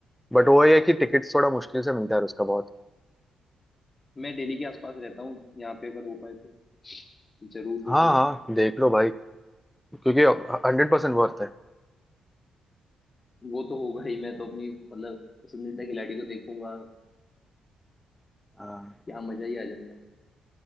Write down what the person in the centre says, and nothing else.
बट वो ये है कि टिकट्स थोड़ा मुश्किल से मिलता है उसका बहुत
हाँ हाँ देख लो भाई क्योंकि हंड्रेड परसेंट वर्थ है
हाँ